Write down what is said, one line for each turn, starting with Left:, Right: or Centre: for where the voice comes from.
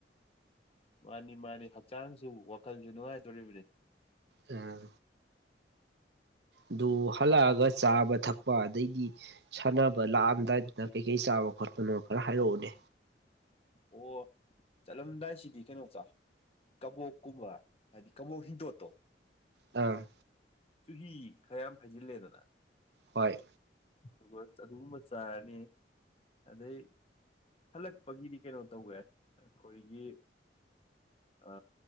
Left: ꯃꯥꯅꯤ ꯃꯥꯅꯤ ꯍꯛꯆꯥꯡꯁꯨ ꯋꯥꯈꯜꯁꯨ ꯅꯨꯡꯉꯥꯏꯗꯣꯔꯤꯕꯅꯤ
Right: ꯑ ꯑꯗꯨ ꯍꯜꯂꯛꯑꯒ ꯆꯥꯕ ꯊꯛꯄ ꯑꯗꯒꯤ ꯁꯥꯟꯅꯕ ꯑ ꯂꯥꯛꯑꯝꯗꯥꯏꯗ ꯀꯩ ꯀꯩ ꯆꯥꯕ ꯈꯣꯠꯄꯅꯣ ꯈꯔ ꯍꯥꯏꯔꯛꯑꯣꯅꯦ
Left: ꯑꯣ ꯆꯠꯂꯝꯗꯥꯏꯁꯤꯗꯤ ꯀꯩꯅꯣ ꯆꯥꯎ ꯀꯕꯣꯛꯀꯨꯝꯕ ꯍꯥꯏꯗꯤ ꯀꯕꯣꯛ ꯍꯤꯡꯗꯣꯠꯇꯣ
Right: ꯑ
Left: ꯆꯨꯍꯤ ꯈꯔꯌꯥꯝ ꯍꯩꯖꯤꯜꯂꯦꯗꯅ
Right: ꯍꯣꯏ
Left: ꯑꯗꯨꯒ ꯑꯗꯨꯒꯨꯝꯕ ꯆꯥꯔꯅꯤ ꯑꯗꯩ ꯍꯜꯂꯛꯄꯒꯤꯗꯤ ꯀꯩꯅꯣ ꯇꯧꯕ ꯌꯥꯏ ꯑꯩꯈꯣꯏꯒꯤ ꯑ